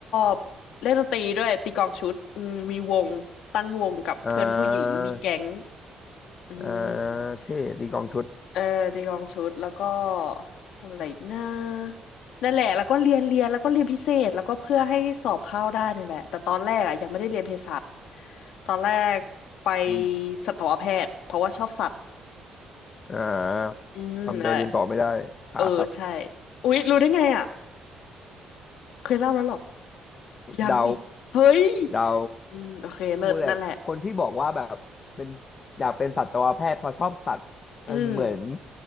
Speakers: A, on the left; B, on the left.
A: บเล่นดนตรีด้วยตีกลองชุดอืมมีวงตั้งวงกับเพื่อนผู้หญิงมีแก๊ง
B: อ่า
A: อืม
B: อ่าเท่ตีกลองชุด
A: เออจียองชุดแล้วก็ทำอะไรอีกนะนั่นแหละแล้วก็เรียนเรียนแล้วก็เรียนพิเศษแล้วก็เพื่อให้สอบเข้าได้เนี่ยแหละแต่ตอนแรกอ่ะยังไม่ได้เรียนเภสัชตอนแรกไป
B: อืม
A: สัตวแพทย์เพราะว่าชอบสัตว์
B: อ่าทำใจเรียนต่อไม่ได้ผ่าสับ
A: อืมนั่นแหละเออใช่อุ๊ยรู้ได้ไงอ่ะเคยเล่าแล้วเหรอยังนี่เฮ้ย
B: เดาเดา
A: อืมโอเคเลิศนั่นแหละ
B: พูดเลยคนที่บอกว่าแบบเป็นอยากเป็นสัตวแพทย์เพราะชอบสัตว์มันเหมือน
A: อืม